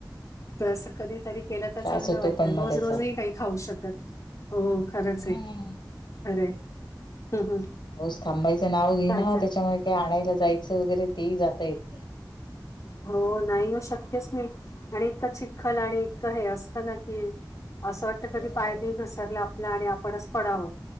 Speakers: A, on the left; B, on the left.
A: तर असं कधीतरी केलं तर
B: त्रास
A: चांगलं
B: होतो
A: वाटतं
B: पण
A: रोज
B: मग त्याचा
A: रोजही काही खाऊ शकत. हो खरंच
B: हम्म.
A: आहे, खरं आहे हम्म हम्म
B: पाऊस थांबाईचं नाव घेई
A: काय
B: ना
A: चाल
B: त्याच्यामुळे काही आणायला जायचं वगैरे तेही जाता येत नाही.
A: हो नाही न शक्यच नाही आणि इतकं चिखल आणि इतकं हे असतं न की असं वाटतं
B: हो
A: कधी पाय बी घसरला आपला आणि आपणच पडावं.